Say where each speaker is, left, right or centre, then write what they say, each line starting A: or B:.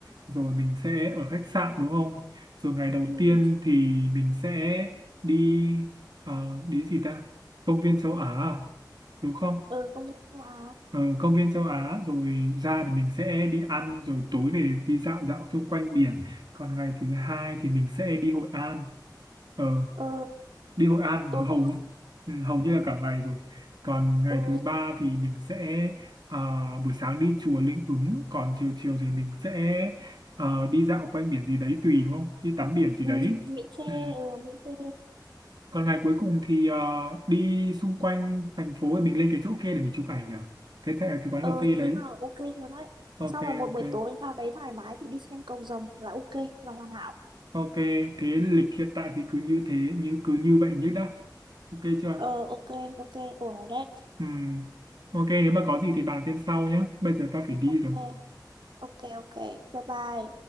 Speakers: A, on the right; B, on the right.
A: rồi mình sẽ ở khách sạn đúng không rồi ngày đầu
B: ừ
A: tiên thì mình sẽ đi ờ, đi gì ta công viên châu Á à? đúng không
B: ừ công nhận châu Á
A: ờ, công viên châu Á rồi ra thì mình sẽ đi ăn rồi tối về đi dạo dạo xung quanh biển còn ngày thứ hai thì mình sẽ đi Hội An ờ,
B: ừ
A: đi Hội An
B: tối ngày
A: hầu như-
B: hôm
A: ừ, hầu như là cả ngày rồi còn ngày
B: ừ,
A: thứ ba thì mình sẽ à, buổi sáng đi chùa Linh Ứng còn chiều chiều thì mình sẽ ờ, đi dạo quanh biển gì đấy tùy đúng không đi tắm biển gì
B: ừ
A: đấy
B: Mỹ Khê
A: ừ.
B: ừ Mỹ Khê
A: còn ngày cuối cùng thì ờ, đi xung quanh thành phố mình lên cái chỗ kia để mình chụp ảnh nhỉ cái thẻ- cái quán
B: ừ
A: cà phê đấy
B: thế là ok rồi đấy xong
A: ok
B: rồi một
A: ok
B: buổi tối vào đấy thoải mái thì đi xem cầu rồng là ok là hoàn hảo
A: ok thế lịch hiện tại thì cứ như thế như cứ như vậy nhất đã ok chưa
B: ờ ok ok ổn rồi đấy
A: ừ ok nếu mà có gì thì bàn thêm sau nhé bây giờ tao phải đi
B: ok
A: rồi
B: ok ok bye bye